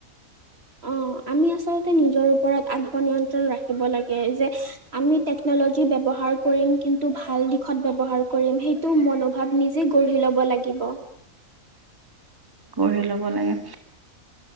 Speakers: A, on the right; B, on the right.
A: অ'। আমি আচল্ততে নিজৰ ওপৰত আত্মনিয়ন্ত্ৰণ ৰাখিব লাগে যে আমি টেকন'লজি ব্যৱহাৰ কৰিম কিন্তু ভাল দিশত ব্যৱহাৰ কৰিম সেইটো মনোভাৱ নিজ গঢ়ি ল'ব লাগিব।
B: গঢ়ি ল'ব লাগে।